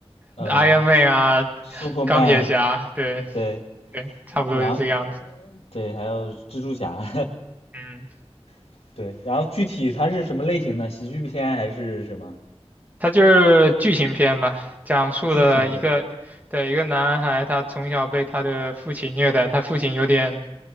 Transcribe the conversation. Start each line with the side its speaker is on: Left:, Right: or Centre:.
Left: 呃
Right: Iron Man 啊、
Left: ，Superman，
Right: 钢铁侠，对
Left: 对，
Right: 对，差不多是这个样子。
Left: 然后对，还有蜘蛛侠，
Right: 嗯，
Left: <laughs> 对，然后具体它是什么类型的？喜剧片还是什么？
Right: 它就是剧情片吧，讲述了一个对一个男孩，
Left: 剧情片？
Right: 他从小被他的父亲虐待，他父亲有点